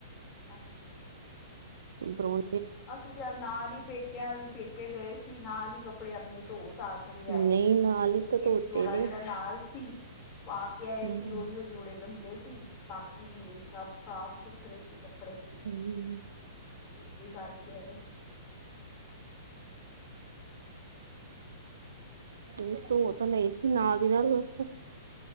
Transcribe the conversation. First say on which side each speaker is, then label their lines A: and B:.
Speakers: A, on the left; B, on the right.
A: ਅੱਛਾ-ਅੱਛਾ
B: ਉਧਰੋਂ
A: ਅਸੀਂ ਤੇ ਨਾਲ ਹੀ ਪੇਕਿਆਂ ਦੇ ਪੇਕੇ ਗਏ ਸੀ ਨਾਲ ਹੀ ਕੱਪੜੇ ਆਪਣੇ ਧੋ ਧਾ ਕੇ ਲਿਆਏ
B: ਨਹੀਂ ਨਾਲ ਹੀ
A: ਇੱਕ-ਇੱਕ
B: ਤਾਂ ਧੋਤੇ
A: ਜੋੜਾ
B: ਨੇ
A: ਜਿਹੜਾ ਨਾਲ ਸੀ ਪਾ ਕੇ ਆਏ
B: ਹਮ
A: ਸੀ ਉਹੀ ਉਹ ਜੋੜੇ ਗੰਦੇ ਸੀ ਬਾਕੀ ਸਭ ਸਾਫ ਸੁਥਰੇ ਸੀ ਕੱਪੜੇ
B: ਉਹੀ
A: ਅਸੀਂ ਗੇਡੀੱ ਕਰਕੇ ਆਏ
B: ਫ ਤ ਉਹ ਤਾਂ ਨਹੀਂ ਸੀ ਨਾਲ ਦੀ ਨਾਲ ਬੱਸ